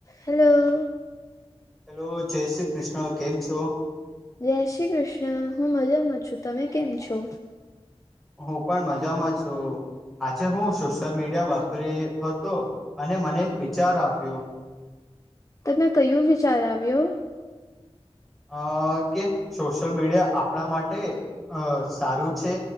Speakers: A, on the left; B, in the centre.
A: Hello.
B: Hello જય શ્રી કૃષ્ણ કેમ છો.
A: જય શ્રી કૃષ્ણ હું મજા માં છું તમે કેમ છો?
B: હું પણ મજામાં છું. આજે હું સોશિયલ મીડિયા વાપરીયો હતો અને મને એક વિચાર આવ્યો
A: તમે કયું વિચાર આવ્યો?
B: અ કે સોશિયલ મીડિયા આપણા માટે અ સારું છે?